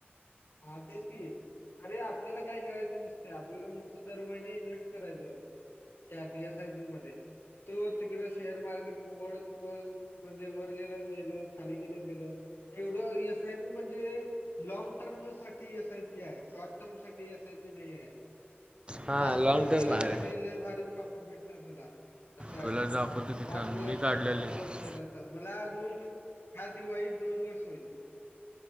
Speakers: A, on the left; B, on the right.
A: हा तेच की अरे आपल्याला काय करायचं नुसत आपल्याला नुसतं दर महिने इन्व्हेस्ट करायचं! त्या ती एस आय पी मध्ये तो तिकडे शेअर मार्केट केवळ केवळ - म्हणजे वर गेला गेलं खाली गेलं गेलं एवढं एस आय पी म्हणजे लाँग टर्म - टर्म साठी एस आय पी आहे शॉर्ट टर्म साठी एसआय पी नाही आहे.
B: हां
A: सात
B: लॉंग
A: वर्ष
B: टर्म
A: केलंस
B: आहे
A: का नाही लई भारी प्रॉफिट भेटणार तुला असं
B: तुला
A: आहे
B: दाखवतो की
A: पाच
B: थांब
A: वर्ष
B: मी काढलेले
A: सात
B: लिस्ट
A: वर्ष केलं मला अजून हात दिवाळीत दोन वर्ष होईल.